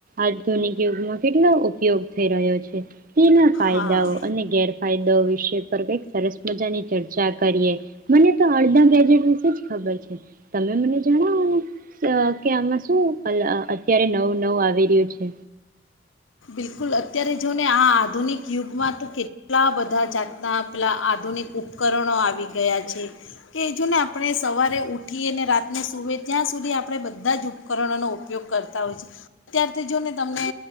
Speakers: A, on the right; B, on the left.
A: આધુનિક યુગમાં કેટલો ઉપયોગ થઈ રહ્યો છે. તેના ફાયદાઓ
B: હા
A: અને ગેર ફાયદો વિશે પર કઈક સરસ મજાની ચર્ચા કરીએ મને તો અડધા ગજેટ વિશે જ ખબર છે તમે મને <unintelligible> કે આમાં શું અલ અત્યારે નવું નવું આવી રહ્યું છે.
B: બિલકુલ અત્યારે જોને આ આધુનિક યુગમાં તો કેટલા બધા જાતના પેલાં આધુનિક ઉપકરણો આવી ગયા છે. કે જોને આપણે સવારે ઉઠીએ અને રાતને સૂએ ત્યાં સુધી આપણે બધા જ ઉપકરણોનો ઉપયોગ કરતા હોય છે અત્યાર તો જો ને તમને